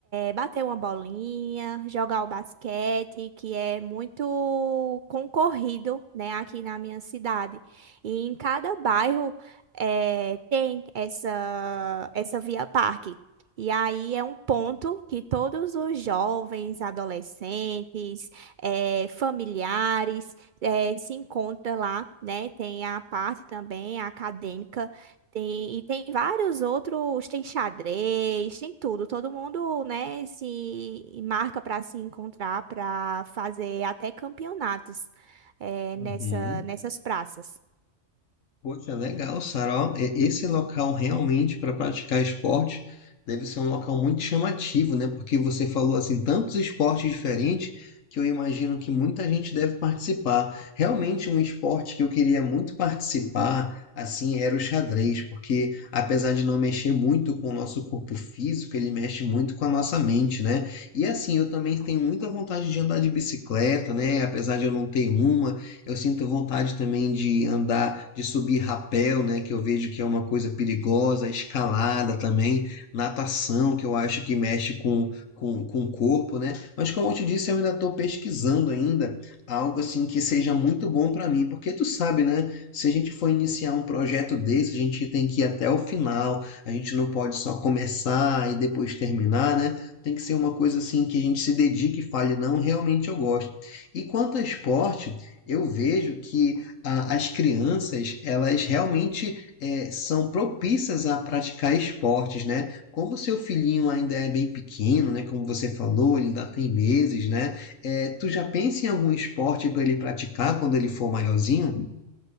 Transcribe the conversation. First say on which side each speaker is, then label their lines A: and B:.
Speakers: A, on the right; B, on the left.
A: bater uma bolinha, jogar o basquete, que é muito concorrido, né, aqui na minha cidade. E em cada bairro eh, tem essa, essa via parque. E aí é um ponto que todos os jovens, adolescentes, eh, familiares eh, se encontram lá, né? Tem a parte também acadêmica tem, e tem vários outros, tem xadrez, tem tudo. Todo mundo, né, se marca para se encontrar, para fazer até campeonatos eh,
B: Uhum.
A: nessa, nessas praças.
B: Poxa, legal, Sara. Ó, e- Esse local realmente para praticar esporte deve ser um local muito chamativo, né? Porque você falou assim tantos esportes diferentes que eu imagino que muita gente deve participar. Realmente um esporte que eu queria muito participar, assim, era o xadrez, porque apesar de não mexer muito com o nosso corpo físico, ele mexe muito com a nossa mente, né? E assim, eu também tenho muita vontade de andar de bicicleta, né? Apesar de eu não ter uma, eu sinto vontade também de andar, de subir rapel, né, que eu vejo que é uma coisa perigosa, escalada também, natação, que eu acho que mexe com, com, com o corpo, né? Mas como eu te disse, eu ainda estou pesquisando ainda algo assim que seja muito bom para mim, porque tu sabe, né, se a gente for iniciar um projeto desse, a gente tem que ir até o final, a gente não pode só começar e depois terminar, né? Tem que ser uma coisa assim que a gente se dedique e fale, não, realmente eu gosto. E quanto ao esporte, eu vejo que ah, as crianças, elas realmente eh, são propícias a praticar esportes, né? Como o seu filhinho ainda é bem pequeno, né? Como você falou, ele ainda tem meses, né? Eh, tu já pensa em algum esporte para ele praticar quando ele for maiorzinho?